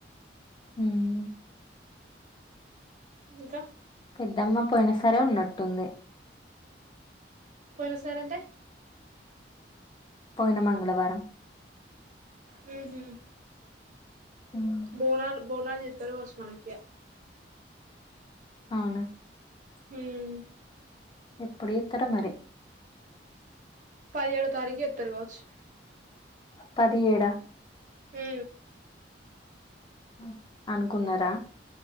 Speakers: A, on the left; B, on the right.
A: మ్మ్
B: ఇంకా
A: పెద్దమ్మ పోయిన సరే ఉన్నట్టుంది
B: పొరు సారంటే
A: పోయినా మంగళవారం
B: మ్మ్ హ్మ్
A: ఉమ్.
B: బోనాల్ బోనాల జీత్తరు వస్ మనకియా
A: అవునా
B: హ్మ్
A: ఎప్పుడే తర మరీ
B: పదిహేడో తారీఖు చేతారు కావచ్చు
A: పదిహేడా
B: ఉ
A: ఉ అనుకున్నారా